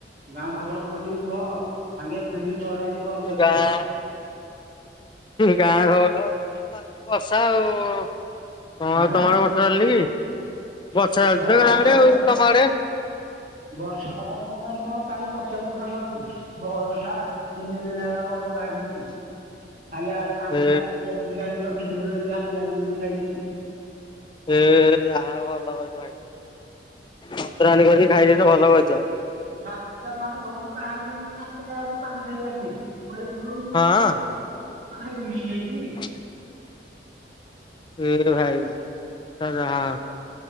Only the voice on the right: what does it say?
ଗାଁ ଖବର କଣ ଟିକେ କୁହ। ସାଙ୍ଗେ ଏତେ ଦିନ ପରେ ଆଜି କଲ କରିଚ।
ଆଁ
ଘର ସାରା ତ
ବର୍ଷା କଥା କଣ କାହିଁ କଣ କାହିଁକି ପଚାରୁଛ ସାଙ୍ଗ <unintelligible> ବରଷା ତିନିଦିନ ହେଲା ଘରୁ ବାହାରିନୁ। ଖାଲି ଆଳୁ ଆଳୁ
ଡାଲି ପିଆଜ ଟିକେ ଆଣିକି ରଖିଥିଲୁ ବୋଲି ଭାତ ଡାଲି କରିକି ଖାଇଚୁ।
ରାସ୍ତା ମାନେ ଘରୁ ବାହାରିବୁ ମାନେ ରାସ୍ତାରେ ପାଣି ଖାଲି ଆଣ୍ଟିଏ। <unintelligible> କୁଆଡ଼େ
ଯିବ। ଆ ଏମିତି ହେଇଚି?